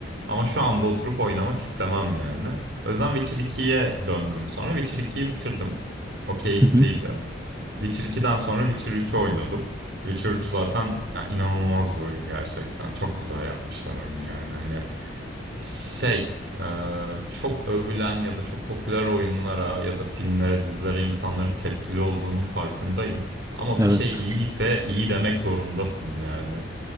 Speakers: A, on the right; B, on the right.
A: ama şu anda oturup oynamak istemem yani. O yüzden Witcher ikiye döndüm sonra Witcher ikiyi bitirdim. O keyifliydi.
B: Hı hı.
A: Witcher 2'den sonra Witcher 3'ü oynadım. Witcher 3 zaten ya, inanılmaz bir oyun gerçekten. Çok güzel yapmışlar oyunu yani. Hani şey e, çok övülen ya da çok popüler oyunlara ya da filmlere, dizilere insanların tepkili olduğunun farkındayım. Ama
B: Evet.
A: bir şey iyi ise iyi demek zorundasın yani.